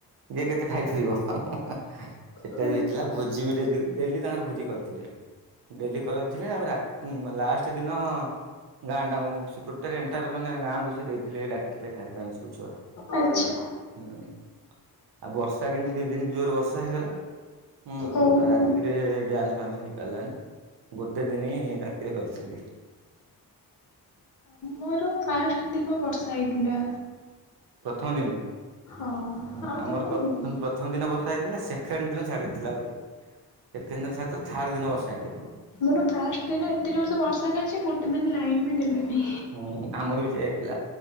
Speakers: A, on the right; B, on the left.
A: ଜିଏ କେତେ ଖାଇପାରିବ ସେଟା
B: ସେମିତି।
A: ବି ହେଇଥିଲା ଭୋଜି ବି ଡେଲି, ଡେଲି ତାଙ୍କର ଭୋଜି କରିଥିଲେ। ଡେଲି କରଉଥିଲେ ଆଉ ରା ଲାଷ୍ଟ ଦିନ ଗାଁ ଟା ଜାକ ଟୋଟାଲ ଏଣ୍ଟର ମାନେ ଗାଁକୁ ସେ ଦେଇଥିଲେ ଡାକିଥିଲେ ଖାଇବା ପାଇଁ ସବୁ ଛୁଆ।
B: ଆଚ୍ଛା।
A: ହୁଁ, ଆଉ ବର୍ଷା କିନ୍ତୁ ଦି ଦିନି ଜୋର ବର୍ଷା ହେଇଗଲା। ହୁଁ,
B: ଓହୋ।
A: ଆଉ ରାତିରେ ଡ୍ୟାନ୍ସ ଫାନ୍ସ ହେଇପାରିଲାନି। ଗୋଟେ ଦିନି ରାତିରେ କରିଛନ୍ତି।
B: ମୋର ଫାଷ୍ଟ ଦିନ ବର୍ଷା ହେଇଥିଲା।
A: ପ୍ରଥମ ଦିନ?
B: ହଁ।
A: ହୁଁ,
B: ଆଉ
A: ଆମର
B: ତାପରେ
A: ପ୍ରଥମ
B: ହେଇନି।
A: ପଥ ପ୍ରଥମ ଦିନ ବର୍ଷା ହେଇଥିଲା ସେକେଣ୍ଡ ଦିନ ଛାଡ଼ିଥିଲା ବୋଧେ ସେକେଣ୍ଡ ଦିନ ଛାଡ଼ିଥିଲା ଥାର୍ଡ ଦିନ ବର୍ଷା ହେଇଥିଲା।
B: ମୋର ଫାଷ୍ଟ ଦିନ ଏତେ ଜୋରସ ବର୍ଷା ହେଲା ଯେ ଗୋଟେ ଦିନ ଲାଇନ ବି ଦେଲାନି।
A: ହୁଁ ଆମର ବି ସେଆ ହେଇଥିଲା